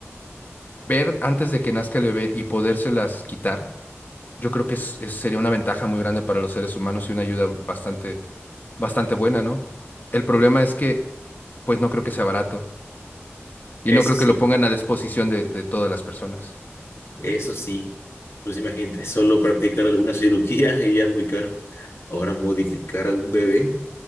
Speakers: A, on the left (about 40°); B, on the left (about 65°).
A: ver antes de que nazca el bebé y podérselas quitar, yo creo que es- es- sería una ventaja muy grande para los seres humanos y una ayuda bastante, bastante buena, ¿no? El problema es que, pues no creo que sea barato. Y
B: Eso
A: no creo
B: sí,
A: que lo pongan a disposición de, de todas las personas
B: eso sí. Pues imagínate, solo practicar alguna cirugía <laughs> y ya es muy caro. Ahora modificar a un bebé